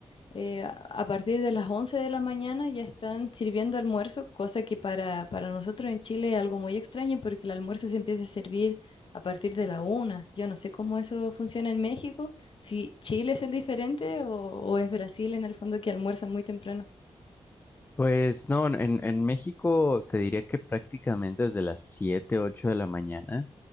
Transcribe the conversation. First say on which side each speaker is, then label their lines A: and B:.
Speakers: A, on the left; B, on the left.
A: Eh, a a partir de las 11 de la mañana ya están sirviendo almuerzo, cosa que para, para nosotros en Chile es algo muy extraño porque el almuerzo se empieza a servir a partir de la una. Yo no sé cómo eso funciona en México, si Chile es el diferente o, o es Brasil en el fondo que almuerza muy temprano.
B: Pues no, en, en en México te diría que prácticamente desde las 7 8 de la mañana